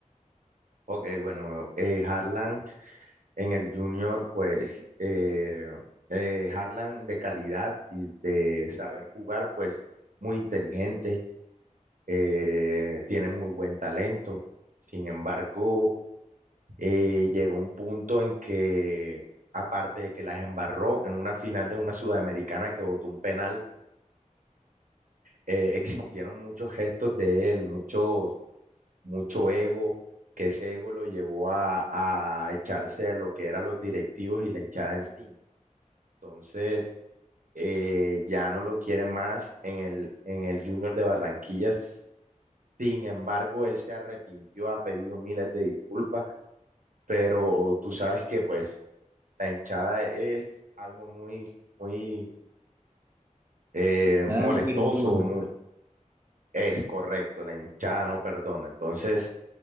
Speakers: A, on the right; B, on the right.
A: Ok, bueno, eh, Harlan en el Junior pues eh, eh, Harlan de calidad y de saber jugar pues muy inteligente eh, tiene muy buen talento. Sin embargo, eh, llegó un punto en que, aparte de que las embarró en una final de una sudamericana que votó un penal, eh, <laughs> existieron muchos gestos de él, muchos, mucho ego, que ese ego lo llevó a, a echarse a lo que eran los directivos y la hinchada encima. Entonces, eh, ya no lo quiere más en el, en el Junior de Barranquillas Sin embargo, él se arrepintió, ha pedido miles de disculpas, pero tú sabes que pues la hinchada es algo muy, muy eh,
B: Nada
A: molestoso,
B: no perdona.
A: muy, es correcto, la hinchada no perdona. Entonces,